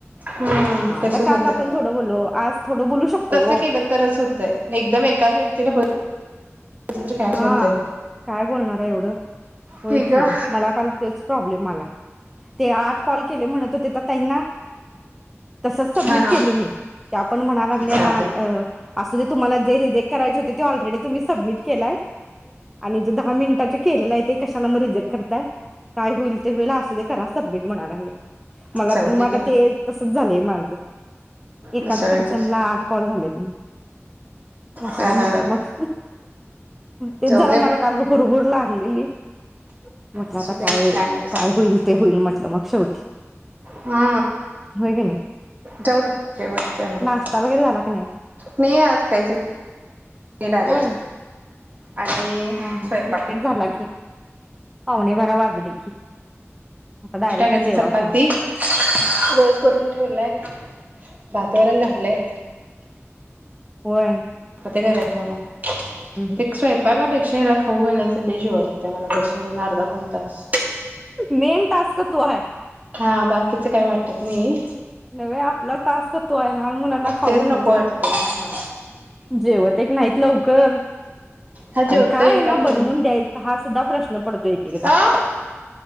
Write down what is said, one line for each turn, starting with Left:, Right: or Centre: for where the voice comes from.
Right: हम्म
Centre: हा
Right: तसच
Centre: काल
Right: होतंय.
Centre: आता आपण थोडं बोललो आज थोडं बोलू शकतोय
Right: तसं
Centre: ओ.
Right: केलं तरच होतंय एकदम एकाच व्यक्तीला बोलत बसलं तर काय
Centre: हा
Right: होतंय.
Centre: काय बोलणारयं एवढं होय
Right: ठीक
Centre: की,
Right: ग
Centre: मला काल तेच प्रॉब्लेम आला. ते आठ कॉल केले म्हणत होते त्या ताईंना तसच सबमिट
Right: हा हा
Centre: केलं मी त्या पण म्हणा लागल्या
Right: जाऊ दे
Centre: असू दे तुम्हाला जे रिजेक्ट करायचे हो ते ऑलरेडी तुम्ही सबमिट केलाय आणि जे दहा मिनिटाचे केलेलं आहे ते कशाला मग रिजेक्ट करताय काय होईल ते होईल असुदे करा सबमिट म्हणाय लागलिया. मला
Right: जाऊदे
Centre: त म आता
Right: घे
Centre: ते तसच झालंय मा <unintelligible> एकाच
Right: दुसऱ्यांच्या
Centre: पर्सनला आठ कॉल झालेत हं असूदे
Right: हा
Centre: म्हटलं
Right: हा हा
Centre: मग तेच
Right: जाऊ
Centre: जरा
Right: दे
Centre: मला काल हुरहूर ला <unintelligible> म्हटलं
Right: असू
Centre: आता
Right: दे
Centre: काय
Right: नसते
Centre: काय होईल ते होईल म्हट न मग शेवटी
Right: हा
Centre: होय की नाही
Right: जाऊ दे जे व्हईल ते व्हईल
Centre: नाश्ता वगैरे झाला का नाही?
Right: नाही आज काहीच डायरेक्ट.
Centre: होय
Right: आणि
Centre: हा हा
Right: स्वयंपाक
Centre: लेट झाला की... पावणे बारा वाजु दे की. आता डायरेक्ट
Right: चिटाक्याची
Centre: जेवाच
Right: चपाती
Centre: मग
Right: रोज करून ठेवलाय. भात वरण झालय.
Centre: व्हय.
Right: ते घरात ठेव मग.....
Centre: हम्म
Right: ते स्वयपाका पेक्षा... त्याला खाऊ घालायच लई जीवावर येतय मला बस. अजुन अर्धा पवुन्तास.
Centre: मेन टास्क तो हाय
Right: हा बाकीच काय वाटत नाही....
Centre: नवे आपला तास क तो आहे लहान मुलांना खाऊ
Right: तेच
Centre: घालणे
Right: नको वाटतंय हा
Centre: जेवत एक नाहीत ल... कर.
Right: हा जेवतोय
Centre: आणि काय यांना
Right: पण
Centre: बनवून द्यायचा हा सुद्धा प्रश्न पडतो ए की एकदा...
Right: आ